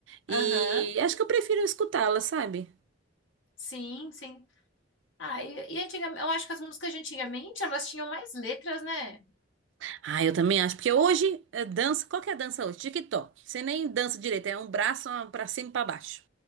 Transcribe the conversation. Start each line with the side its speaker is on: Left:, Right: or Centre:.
Right: E
Left: Aham.
Right: acho que eu prefiro escutá-la, sabe?
Left: Sim, sim. Ah, e, e antigamente, eu acho que as músicas de antigamente, elas tinham mais letras, né?
Right: Ah, eu também acho, porque hoje é dança, qual que é a dança hoje? TikTok. Você nem dança direito, é um braço ó, pra cima e pra baixo.